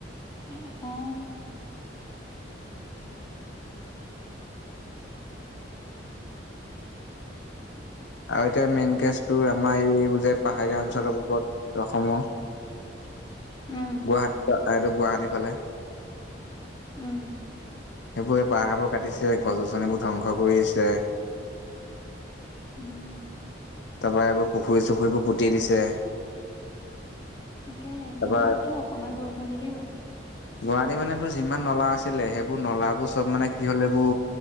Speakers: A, on the left; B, on the left.
A: এ, অ'।
B: আৰু এতিয়া মেইন কেচটোৰ আমাৰ এইবোৰ যে, পাহাৰীয়া অঞ্চলবোৰত অসমৰ, গুৱাহাটী এইটো
A: উম
B: গুৱাহাটীৰ ফালে
A: উম'।
B: সেইবোৰ এই পাহাৰবোৰ কাটিছে, গছ গছনিবোৰ ধ্বংস কৰিছে।
A: উম'।
B: তাৰপৰা এইবোৰ পুখুৰী- চুখুৰীবোৰ পুতি দিছে।
A: তাকেহে
B: তাৰপৰা
A: গুৱাহাটীতো অকনমান বৰষুণ দিলেই হয়।
B: <inaudible> গুৱাহাটী মানে তোৰ যিমান নলা আছিলে, সেইবোৰ নলাবোৰ চব মানে কি হল, এইবোৰ